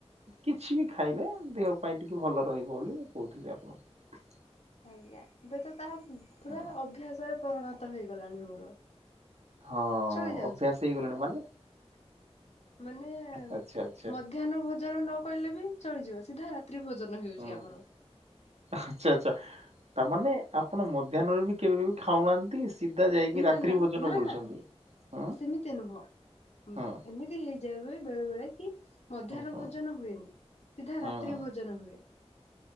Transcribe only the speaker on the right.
କିଛି ବି ଖାଇଲେ ଦେହ ପାଇଁ ଟିକେ ଭଲ ରହିବ ବୋଲି ମୁଁ କହୁଥିଲି ଆପଣଙ୍କୁ।
ହୁଁ।
ହଁ
ଅଭ୍ୟାସ ହେଇଗଲାଣି ମାନେ।
ଆଚ୍ଛା ଆଚ୍ଛା।
ହୁଁ
ଆଚ୍ଛା ଆଚ୍ଛା ତାମାନେ ଆପଣ ମଧ୍ୟାହ୍ନରେ ବି କେବେବି ଖାଉନାହାନ୍ତି। ସିଧା ଯାଇକି
ରାତ୍ରି
ଭୋଜନ
କରୁଛନ୍ତି।
ହଁ
ହଁ
ହଁ ହଁ
ହଁ।